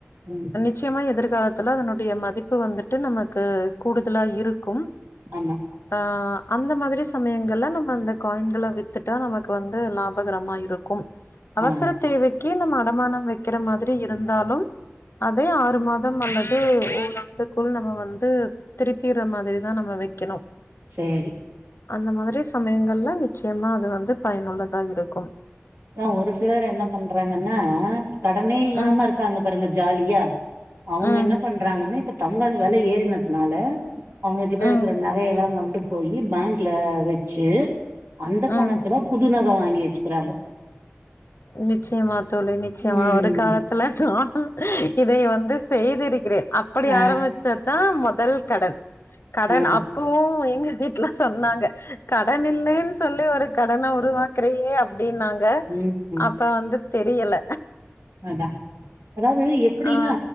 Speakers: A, on the right (about 55°); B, on the left (about 60°).
A: ம்
B: நிச்சயமா எதிர்காலத்துல அதனுடைய மதிப்பு வந்துட்டு நமக்கு கூடுதலா இருக்கும்
A: ஆமா
B: ஆ அந்த மாதிரி சமயங்கள்ல நம்ம அந்த காயின்கள வித்துட்டா நமக்கு வந்து லாபகரமா இருக் கும் அவசர
A: ஆ
B: தேவைக்கு நம்ம அடமானம் வைக்கிற மாதிரி இருந்தாலும் அதே ஆறு மாதம் அல்லது ஓர் ஆண்டுக்குள் நம்ம வந் து திருப்பீற மாதிரிதா நம்ம வைக்கணும்
A: சேரி
B: அந்த மாதிரி சமயங்கள்ல நிச்சயமா அது வந்து பயனுள்ளதாக இருக்கும்
A: ஆனா ஒரு சிலர் என்ன பண்றாங்கன்னா கடனே இல்லாம
B: ம்
A: இருக்காங்க பாருங்க ஜாலியா அவங்க
B: ம்
A: என்ன பண்றாங்கன்னா இப்ப தங்க வெலை ஏறுனதுனால அவங்ககிட்ட
B: ம்
A: இருக்கிற நகையெல்லா கொண்டு போயி பேங்க்ல வச்சு அந்த
B: ம்
A: பணத்துல புது நகை வாங்கி வச்சுக்கிறாங்க
B: நிச்சயமா தோழி நிச்சயமா
A: ம்.
B: ஒரு காலத் துல நா இதை வந்து செய்திருக்கிறேன் அப்படி
A: அ
B: ஆரம்பிச்சது தா மொதல் கடன் கடன்
A: ஆ.
B: அப்பவு எங்க வீட் அப்யே சொன்னாங்க கடன் இல்லயேன் சொல்லி ஒரு கடன உருவாக்குறியே அப்டின்னாங்க
A: ம்.
B: அப்ப வந்து தெரியல
A: அதா அதாவ்து எப்டின்னா
B: ஆ